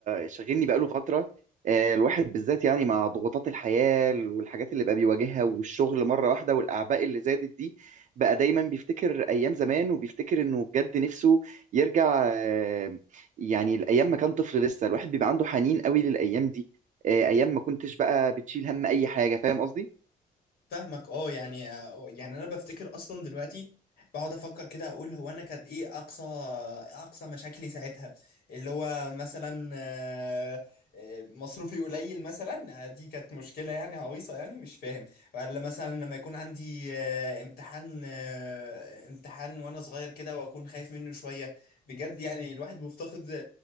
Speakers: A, on the right (about 55°); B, on the left (about 80°).
A: شاغلني بقاله فترة آه، الواحد بالذات يعني مع ضغوطات الحياة والحاجات اللي بقى بيواجهها والشغل مرة واحدة والأعباء اللي زادت دي بقى دايما بيفتكر أيام زمان وبيفتكر إنه بجد نفسه يرجع آه، يعني الأيام ما كان طفل لسه الواحد بيبقى عنده حنين قوي للأيام دي آه، أيام ما كنتش بقى بتشيل هم أي حاجة فاهم قصدي؟
B: فاهمك اه يعني يعني انا بفتكر اصلا دلوقتي بقعد افكر كده اقول هو انا كانت ايه اقصى اقصى مشاكلي ساعتها اللي هو مثلا آه، آه، مصروفي قليل مثلا آه، دي كانت مشكلة يعني عويصة يعني مش فاهم ولا مثلا لما يكون عندي آه، امتحان آه، امتحان وانا صغير كده واكون خايف منه شوية بجد يعني الواحد مفتقد آه،